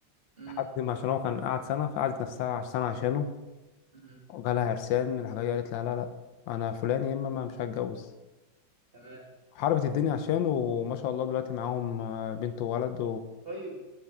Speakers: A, on the right; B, on the left.
A: مم.
B: لحد ما عشان هو كان قاعد سنه فقعدت نفسها عش- سنه عشانه
A: مم.
B: وجالها عرسان الحاجه دي قالت لها لا لا انا فلان يا اما ما مش هتجوز
A: تمام
B: حاربت الدنيا عشانه وما شاء الله دلوقتي معاهم آه، بنت وولد
A: طيب